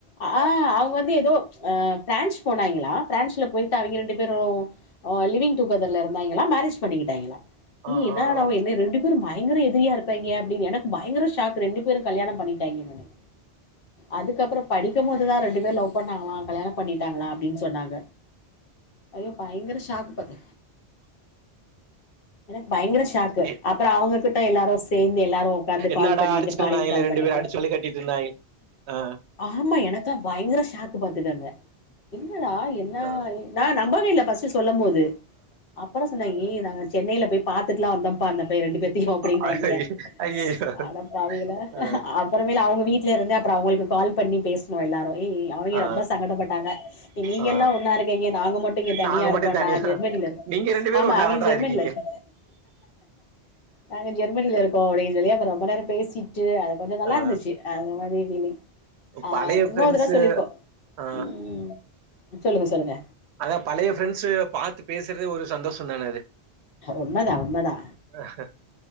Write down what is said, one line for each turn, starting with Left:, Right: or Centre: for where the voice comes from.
Left: அ அவுங் வந்து ஏதோ அ பிரான்ஜ் போனாங்களா பிரான்ஜ்ல போய்ட்டு அவுங்க ரெண்டு பேரோ அ லிவிங் டுகெதர்ல இருந்தாங்களா மேரேஜ் பண்ணிக்கிட்டாங்களா
Right: ஆ
Left: ஏ என்னடா
Right: ஆ ஆ
Left: என்ன ரெண்டு பேரோ பயங்கர எதிரியா இருப்பாய்ங்க அப்டின்னு எனக்கு பயங்கர ஷாக் ரெண்டு பேரு கல்யணோ பண்ணிட்டாங்கனோனே அதுக்கப்புற படிக்க போதுதா ரெண்டு பேரு லவ் பண்ணாங்களா கல்யாணோ பண்ணிட்டாங்களா அப்டின் சொன்னாங்க ஐயோ பயங்கர ஷாக்கு பாத்து எனக்கு பயங்கர ஷாக் க்கு
Right: எ
Left: அப்றோ அவுங்ககிட்ட எல்லாரு சேந் து எல்லாரு உக்காந்து
Right: என்னடா
Left: கால் பண்ணிட்டு
Right: அடிச்சுட்டு
Left: ஃபாரின்
Right: இருந்தாங்களே
Left: கால்
Right: ரெண்டு
Left: பண்ணிட்டு
Right: பேரு அடிச்சு வழி கட்டிட்டு இருந்தாங்க ஆ
Left: ஆமா எனக்கா பயங்கர ஷாக்கு பாத்துக்கங்க என்னடா என்ன
Right: ஆ
Left: நா நம்பவே இல்ல ஃபர்ஸ்ட்டு சொல்ல போது அப்பறோ சொன்னாங்க ஏய் நாங்க சென்னையில போய் பாத்துடுலா வந்தோம்ப்பா அந்த பே ரெண்டு பேத்தையு அப்டின்னாங்க
Right: ஆ ஐயையோ
Left: அடபாவிகளா
Right: ஆ
Left: அப்பறோ <unintelligible> அவுங்க வீடல இருந்து அப்றோ அவுங்களுக்கு கால் பண்ணி பேசணு எல்லாரு ஏய் அவங்க
Right: ஆ
Left: ரொம்ப சங்கடப்பட்டாங்க நீங்க
Right: ஆ
Left: எல்லா ஒன்னா இருக்கீங்க நாங்க மட்டு இங்க
Right: நாங்க
Left: தனியா
Right: மட்டு
Left: இருக்கோம்டா
Right: தனியா
Left: ஜெர்மனியில இருக்
Right: நீங்க ரெண்டு பேரு
Left: ஆமா
Right: ஒன்னாதாண்ட
Left: அவங்க ஜெர்மனில
Right: இருக்கீங்க
Left: இருக் நாங்க <unintelligible> சொல்லி அப்பறோ ரொம்ப நேர பேசிட்டு அது கொஞ்சோ நல்லா
Right: ஆ
Left: இருந்துச்சு அது மாதிரி ஃபீல்லிங் ஆ
Right: பழைய
Left: இன்னொருதடவ
Right: ஃப்ரெண்ட்ஸு
Left: சொல்லிருக்கோ
Right: ஆ
Left: ம் சொல்லுங்க சொல்லுங்க
Right: அதா பழைய ஃப்ரெண்ட்ஸ் பாத்து பேசுறதே ஒரு சந்தோஷ தான அது
Left: உண்மதா உண்மதா
Right: ஆஹ